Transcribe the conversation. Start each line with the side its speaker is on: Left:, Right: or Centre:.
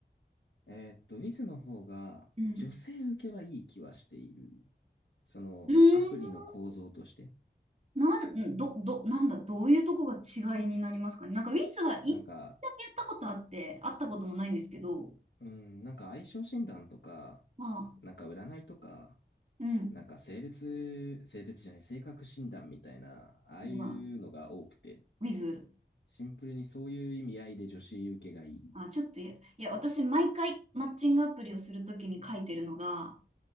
Left: えーっと、Wiz の方が女性受けはいい気はしている。
Right: うん。
Left: そのアプリの構造として。
Right: うーん。なん、ど、ど、なんだ、どういうとこが違いになりますかね。なんかウィズは一回だけやったことあって、
Left: なんか、
Right: 会ったこともないんですけど、
Left: うん、なんか相性診断とか、
Right: まあ、
Left: なんか占いとか、
Right: うん。
Left: なんか性別、性別じゃない、性格診断みたいな、ああいうのが多くて、
Right: まあ、ウィズ。
Left: シンプルにそういう意味合いで女子受けがいい。
Right: あ、ちょっとや、いや、私、毎回マッチングアプリをするときに書いてるのが、